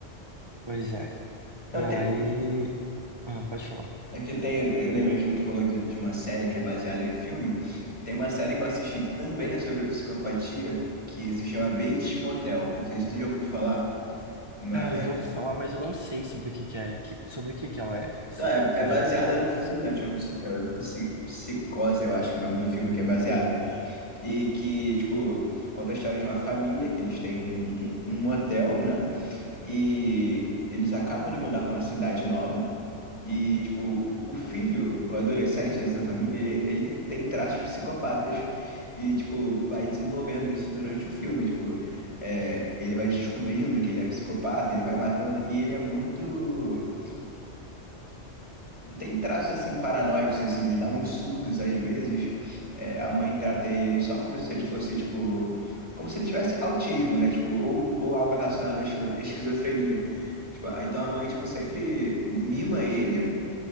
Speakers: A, on the right; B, on the left.
A: Pois é.
B: Não,
A: E aí,
B: tem,
A: ah, pode falar.
B: É que tem, eu lembrei, tipo, tu falou de, de uma série que é baseada em filme. Tem uma série que eu assisti que também é sobre psicopatia, que se chama Bates Motel. Não sei se tu já ouviu falar, mas.
A: Cara, eu ouvi falar, mas eu não sei sobre o que que é, que- sobre o que que ela é. Você
B: Tá, é, é
A: pode
B: baseada
A: me falar?
B: num filme, né? Tipo, é, Psi- Psicose, eu acho que é o nome do filme que é baseado. E que, tipo, conta a história de uma família, que eles têm um, um, um motel, né? E eles acabam de mudar pra uma cidade nova. E, tipo, o filho, o adolescente dessa família, ele, ele tem traços psicopatas e, tipo, vai desenvolvendo isso durante o filme. Tipo, é, ele vai descobrindo que ele é psicopata, ele vai matando e ele é muito. Tem traços, assim, paranoicos, assim, ele dá uns surtos às vezes. É, a mãe trata ele só como se ele fosse, tipo. Como se ele tivesse autismo, né? Tipo, ou, ou algo relacionado à esqui- esquizofrenia. Tipo, ah, então a mãe, tipo, sempre mima ele